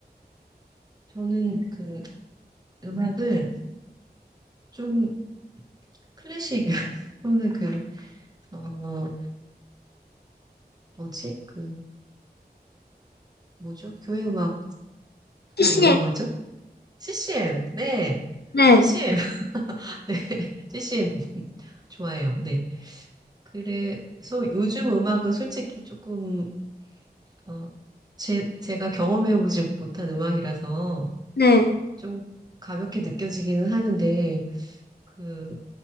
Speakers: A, on the right (about 25°); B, on the left (about 75°).
A: 저는 그 음악을 좀 클래식, <laughs> 또는 그, 어, 뭐지? 그, 뭐죠? 교회 음악을
B: CCM?
A: 뭐라고 하죠? CCM. 네.
B: 네,
A: CCM. 네, <laughs> CCM <laughs> 좋아해요. 네. 그래서 요즘 음악은 솔직히 조금 어, 제, 제가 경험해보지 못한 음악이라서
B: 네.
A: 좀 가볍게 느껴지기는 하는데 그